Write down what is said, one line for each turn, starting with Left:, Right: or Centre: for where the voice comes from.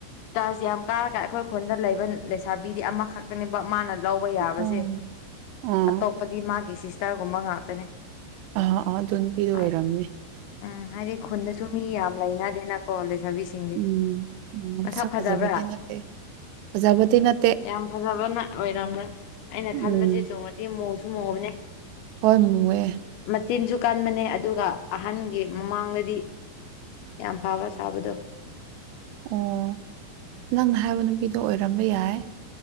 Left: ꯆꯥꯔꯖ ꯌꯥꯝ ꯀꯥꯔꯒ ꯑꯩꯈꯣꯏꯈꯣꯟꯗ ꯂꯩꯕ ꯂꯩꯁꯥꯕꯤꯗꯤ ꯑꯃꯈꯛꯇꯅꯦꯕ ꯃꯥꯅ ꯂꯧꯕ ꯌꯥꯕꯁꯦ
Right: ꯑꯣ ꯑꯥ
Left: ꯑꯇꯣꯞꯄꯗꯤ ꯃꯥꯒꯤ ꯁꯤꯁꯇꯔꯒꯨꯝꯕ ꯉꯥꯛꯇꯅꯦ
Right: ꯑꯥ ꯑꯥ ꯑꯗꯨ ꯅꯨꯄꯤꯗꯨ
Left: ꯍꯥꯏ
Right: ꯑꯣꯏꯔꯝꯃꯤ
Left: ꯎꯝ ꯍꯥꯏꯗꯤ ꯈꯨꯟꯗꯁꯨ ꯃꯤ ꯌꯥꯝ ꯂꯩꯅꯗꯦꯅꯀꯣ ꯂꯩꯁꯥꯕꯤꯁꯤꯡꯗꯤ
Right: ꯎꯝ ꯎꯝ
Left: ꯃꯁꯛ
Right: ꯃꯥꯁꯛ
Left: ꯐꯖꯕ꯭ꯔꯥ
Right: ꯐꯖꯕꯗꯤ ꯅꯠꯇꯦ ꯐꯖꯕꯗꯤ ꯅꯠꯇꯦ
Left: ꯌꯥꯝ ꯐꯖꯕꯅ ꯑꯣꯏꯔꯝꯔꯣꯏ ꯑꯩꯅ
Right: ꯎꯝ
Left: ꯈꯟꯕꯁꯤꯁꯨꯨ ꯃꯨꯗꯤ ꯃꯨꯁꯨ ꯃꯨꯕꯅꯦ
Right: ꯍꯣꯏ ꯃꯨꯋꯦ
Left: ꯃꯆꯤꯟꯁꯨ ꯀꯟꯕꯅꯦ ꯑꯗꯨꯒ ꯑꯍꯟꯒꯤ ꯃꯃꯥꯡꯗꯗꯤ ꯌꯥꯝ ꯐꯕ ꯁꯥꯕꯗꯨ
Right: ꯑꯣ ꯅꯪꯅ ꯍꯥꯏꯕ ꯅꯨꯄꯤꯗꯣ ꯑꯣꯏꯔꯝꯕ ꯌꯥꯏ